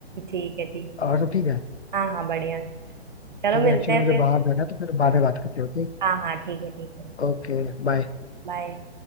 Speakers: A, on the right; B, on the left.
A: ठीक है ठीक है
B: और तो ठीक है
A: हाँ हाँ बढ़िया चलो
B: ठीक
A: मिलते
B: है एक्चुअली
A: हैं
B: मुझे
A: फिर
B: बाहर जाना है तो फिर बाद में बात करते हैं
A: हाँ हाँ ठीक है ठीक है
B: Okay okay bye
A: बाय